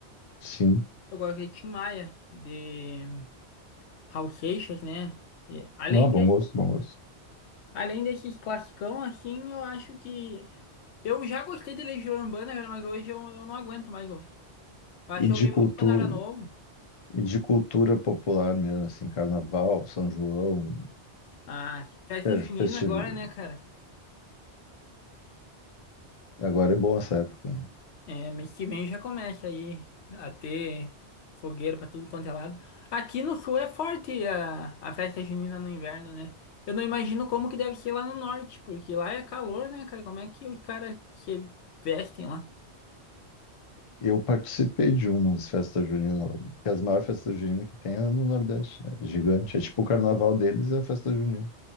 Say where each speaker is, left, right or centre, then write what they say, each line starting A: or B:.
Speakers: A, on the left; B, on the left.
A: Sim.
B: Eu gosto de Tim Maia, de Raul Seixas, né? E além
A: Não, bom
B: desse,
A: gosto, bom gosto.
B: além desses classicão, assim, eu acho que... Eu já gostei de Legião Urbana, cara, mas hoje eu, eu não aguento mais ouvir. Eu acho
A: E de
B: que eu ouvi
A: cultura,
B: muito quando eu era novo.
A: e de cultura popular mesmo, assim, carnaval, São João,
B: Ah, festa
A: fe-
B: junina
A: festividade.
B: agora, né, cara?
A: Agora é bom essa época. né?
B: É, mês que vem já começa aí a ter fogueira pra tudo quanto é lado. Aqui no sul é forte a, a festa junina no inverno, né? Eu não imagino como que deve ser lá no norte, porque lá é calor, né, cara? Como é que os caras se vestem lá?
A: Eu participei de umas festas juninas, que é as maiores festas juninas que tem é no Nordeste, né? Gigante. É tipo o carnaval deles é a festa junina.